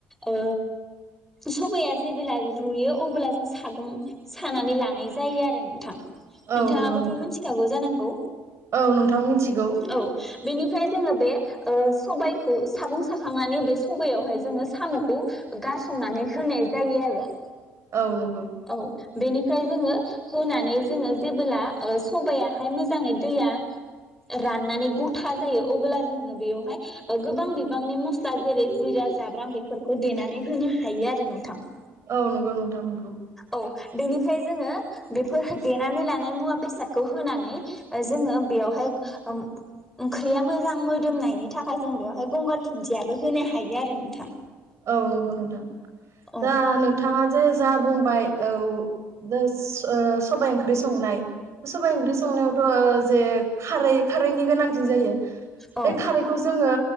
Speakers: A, in the centre; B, on the right (about 50°).
A: ओ सबाया जेबोला रुयो अबोला जों सागं सानानै लानाय जायो आरो नोंथां
B: औ
A: नोंथाङाबोथ
B: नंगौ नोंथां
A: मोन्थिखागौ जानांगौ
B: औ नोंथां मिथिगौ
A: औ बेनिफ्राय जोङो बे ओ सबाय खौ सागं साखांनानै बे सबयावहाय जोङो सामखौ गारसंनानै होनाय जायो आरो
B: औ नंगौ
A: औ बेनिफ्राय जोङो होनानै जोङो जेबोला ओ सबायाहाय मोजाङै दैया राननानै गथा जायो अबोला जोङो बेयावहाय ओ‌ गोबां बिबांनि मस्ला जेरै जिरा जाब्रां बेफोरखौ देनानै होनो हायो आरो नोंथां
B: औ नंगौ नोंथां नोंगौ
A: औ बेनिफ्राय जोङो बेफोरह देनानै लानाय मुवा बेसादखौ होनानै जोङो बेयावहाय ओम ओंख्रिया मोजां मोदोमनायनि थाखाय जों बेवहाय गंगार धुन्दियाबो होनो हायो आरो नोंथां
B: औ नंगौ नोंथां
A: औ
B: दा नोंथाङा जे जा बुंबाय औ दोस ओस सबाइ ओंख्रि संनाय सबाइ ओंख्रि संनायावथ ओ जे खारै- खारैनि गोनांथि जायो
A: औ
B: बे खारैखौ जोङो